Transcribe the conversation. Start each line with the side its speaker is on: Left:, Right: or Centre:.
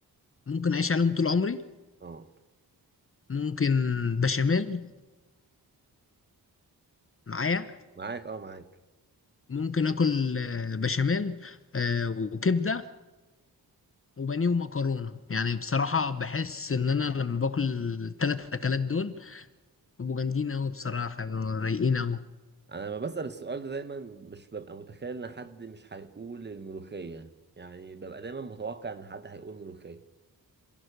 Left: ممكن اعيش عليهم طول عمري
Right: اه
Left: ممكن بشاميل معايا
Right: معاك اه معاك
Left: ممكن اكل آه، بشاميل آه، وكبده وبانيه ومكرونه يعني بصراحه بحس ان انا لما باكل الثلاث اكلات دول بيبقوا جامدين قوي بصراحه بيبقوا رايقين قوي
Right: انا لما بسأل السؤال ده دايما مش ببقى متخيل ان حد مش هيقول الملوخيه يعني ببقى دايما متوقع ان حد هيقول ملوخيه